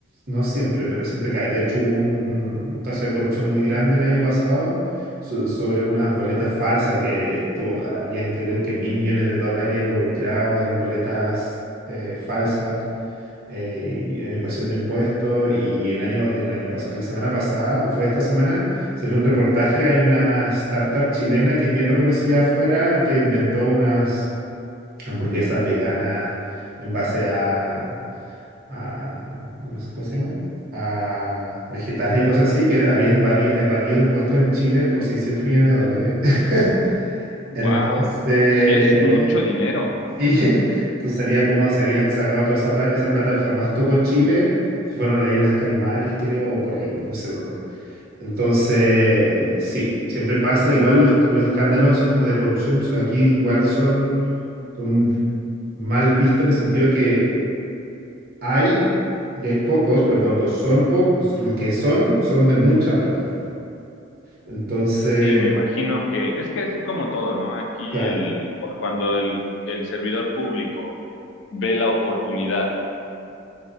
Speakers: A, on the right (about 50°); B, on the left (about 70°).
A: no siempre, pero siempre cae. De hecho hubo un, un caso de corrupción muy grande el año pasado so- sobre unas boletas falsas, que esto habían creo que mil millones de dólares involucrados en boletas eh, falsas eh, y eh, evasión de impuestos y el año, el año pasado, la semana pasada o fue esta semana, salió un reportaje, hay una startup chilena que es bien reconocida afuera que inventó unas hamburguesas veganas en base a, a no sé, ¿cómo se llama? a vegetales y cosas así, que había invadi- evadido impuestos en Chile por 600 millones de dólares. <laughs>
B: Wow,
A: Entonces,
B: sí es mucho dinero.
A: Sí, <laughs> entonces salía como se habían sacado toda esa plata. Esa plata jamás tocó Chile. Se fueron a las Islas Caimanes, creo, o por ahí, no sé dónde. Entonces, sí, siempre pasa. Igual los, los escándalos esos como de corrupción aquí igual son, son vi- mal vistos en el sentido de que hay, y hay pocos, pero cuando son pocos, los que son, son de mucha plata. Entonces,
B: Sí, me imagino que es que es como todo, ¿no? Aquí
A: ya,
B: el cu- cuando el, el servidor público ve la oportunidad